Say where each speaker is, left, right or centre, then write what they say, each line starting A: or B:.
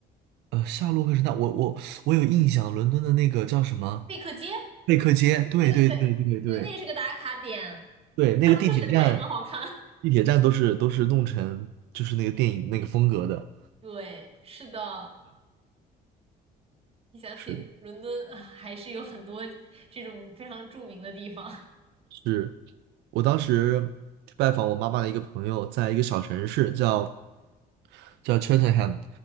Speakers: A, on the right (about 85°); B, on the right (about 35°).
A: 呃，夏洛克神探，我我我有印象，伦敦的那个叫什么
B: 贝克街。
A: 贝克街？对对对对对
B: 对对对，对，那也是个打卡点。
A: 对，那个地铁站，
B: 夏洛克神探也很好看。
A: 地铁站都是都是弄成就是那个电影那个风格的，
B: 对，是的，一想起伦敦，
A: 是
B: <laughs> 啊还是有很多这种非常著名的地方。<laughs>
A: 是我当时去拜访我妈妈的一个朋友，在一个小城市叫叫 Cheltenham，